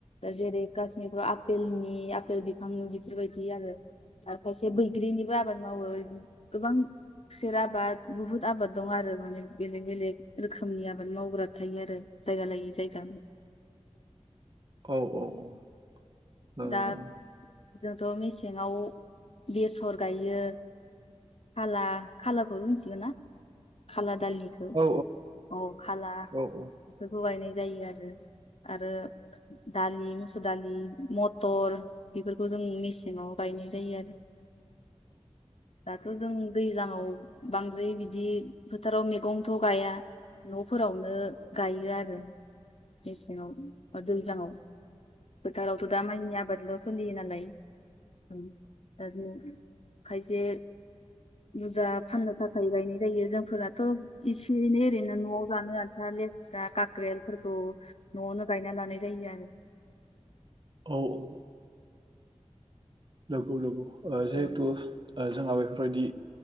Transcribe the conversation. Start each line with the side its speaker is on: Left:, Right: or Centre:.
Left: दा जेरै काशमिरफ्राव आपेलनि आपेल बिफांनि बेफोरबायदि बिदि आरो आर खायसे बैग्रिनिबो आबाद मावो गोबां खुसेर आबाद बुहुत आबाद दं आरो माने बेलेग बेलेग रोखोमनि आबाद मावग्रा थायो आरो जायगा लायै जायगा
Right: औ औ औ
Left: दा जोंथ' मेसेङाव बेसर गायो खाला खालाखौबो मिथिगोन ना खाला दालिखौ
Right: औ
Left: अ खाला
Right: औ
Left: बेखौ गायनाय जायो आरो आरो दालि मुसुर दालि मथर बेफोरखौ जों मेसेंयाव गाय नाय जायो आरो दाथ' जों दैज्लांआव बांद्राय बिदि फोथाराव मैगंथ' गाया न'फोरावनो गायो आरो मेसेङाव बा दैज्लाङाव फोथारावथ' दा माइनि आबादल' सोलियो नालाय दा <unintelligible> खायसे बुरजा फाननो थाखाय गायनाय जायो जोंफोराथ' एसे एनै ओरैनो न'आव जानो आनथा लेस्रा कक्रेलफोरखौ न'आवनो गायना लानाय जायो आरो
Right: औ औ लोगौ लोगौ
Left: आरो
Right: जिहेतु जोंहा बेफोरबायदि